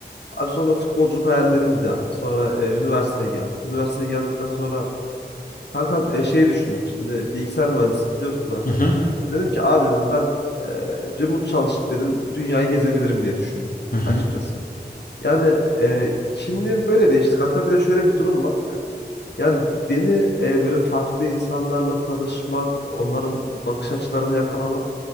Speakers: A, on the left; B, on the left.
A: Abi sonra futbolculuk hayallerimiz de yattı. Sonra e, üniversiteye geldik. Üniversiteye geldikten sonra kankam e, şey düşündüm. Şimdi bilgisayar mühendisiyim biliyorsun zaten.
B: hı hı,
A: Ya dedim ki abi dedim ben e, remote çalışıp dedim dünyayı gezebilirim diye düşündüm
B: hı hı.
A: açıkçası. Yani e, kimliğim böyle değişti kanka. Bir de şöyle bir durum var. Yani beni e, böyle farklı insanlarla tanışmak, onların bakış açılarını yakalamak.